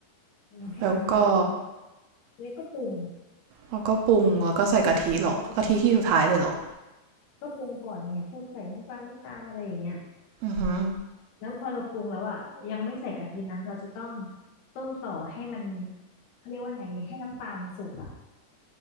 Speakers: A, on the left (about 80°); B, on the right (about 80°).
A: อืมให้น้ำเดือดทีเดียว
B: แล้วก็
A: แล้วก็ปรุง
B: แล้วก็ปรุงแล้วก็ใส่กะทิเหรอกะทิที่สุดท้ายเลยเหรอ
A: อืมก็ปรุงก่อนไงพวกใส่น้ำปลาน้ำตาลอะไรอย่างเงี้ย
B: อือหือ
A: แล้วพอเราปรุงแล้วอ่ะยังไม่ใส่กะทินะเราจะต้องต้มต่อให้มันเขาเรียกว่าไงดีให้น้ำปลามันสุกอ่ะ